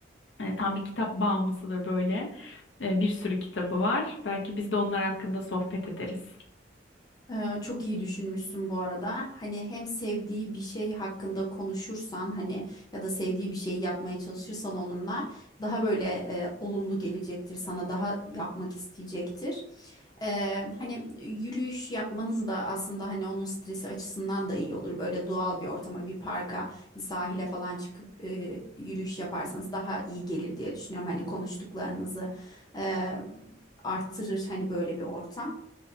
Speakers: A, on the left; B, on the left.
A: eee, tam bir kitap bağımlısıdır böyle. Eee, bir sürü kitabı var. Belki biz de onlar hakkında sohbet ederiz.
B: Ee, çok iyi düşünmüşsün bu arada. Hani hem sevdiği bir şey hakkında konuşursan hani ya da sevdiği bir şey yapmaya çalışırsan onunla daha böyle e, olumlu gelecektir sana daha yapmak isteyecektir. Ee, hani yürüyüş yapmanız da aslında hani onun stresi açısından da iyi olur. Böyle doğal bir ortama, bir parka, bir sahile falan çıkıp e, yürüyüş yaparsanız daha iyi gelir diye düşünüyorum. Hani konuştuklarınızı e, arttırır hani böyle bir ortam.